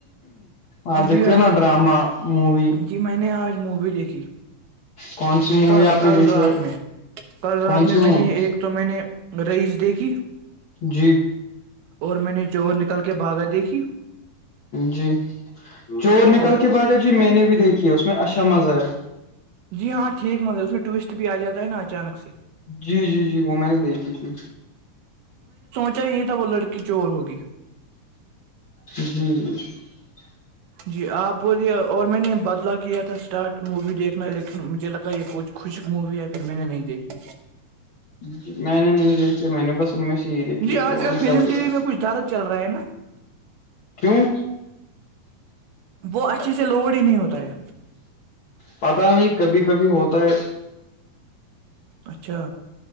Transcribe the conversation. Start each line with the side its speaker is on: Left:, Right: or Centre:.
Left: آ دیکھو
Right: جی ہاں
Left: نا ڈراما مووی
Right: جی میں نے آج مووی دیکھی
Left: کون سی مووی
Right: کل
Left: آپ نے
Right: کل
Left: دیکھی
Right: رات
Left: ہے
Right: میں کل رات
Left: کون سی
Right: میں میں
Left: مووی
Right: نے ایک تو میں نے رئیس دیگی
Left: جی
Right: اور میں نے چور نکل کے بھاگا دیکھی
Left: جی چور نکال
Right: اور
Left: کے باغا جی میں نے بھی دیکھھی اس میں اچھا مزہ آیا
Right: جی ہاں ٹھیک مندر ہے اس میں ٹورسٹ بھی آ جاتا ہے نا اچانک سے
Left: جی جی جی وہ میں نے دیکھیھی تھی
Right: بچا ہی نہیں تھا وہ لڑکی چور ہوگی
Left: جی
Right: جی آپ بلیے اور میں نے بدلا کیا تھا اسٹارٹ مووی دیکھنا لیکن مجھے لگا یہ کچھ خوشک مووی ہے پھر میں نے نہیں دیکھی
Left: ج میں نے نہیں دیکھی میں نے بس ان میں سے یہی دیکھی
Right: جی آج
Left: چور
Right: کل
Left: نکال
Right: فلم
Left: د
Right: ٹی وی میں کچھ درد چل رہا ہے نا
Left: کیوں
Right: وہ اچھے سے لوڈ ہی نہیں ہوتا ہے
Left: پتا ہے نہیں کبھی کبھی ہوتا ہے
Right: اچھا